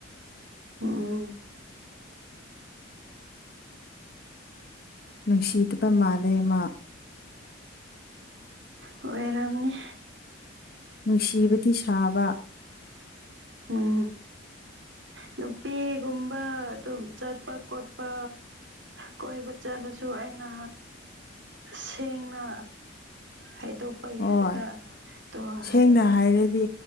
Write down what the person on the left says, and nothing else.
ꯅꯨꯡꯁꯤꯤꯇꯄ ꯃꯥꯗꯦ ꯃꯥ
ꯅꯨꯡꯁꯤꯕꯗꯤ ꯁꯥꯕ
ꯍꯣꯏ
ꯁꯦꯡꯅ
ꯍꯥꯏꯔꯗꯤ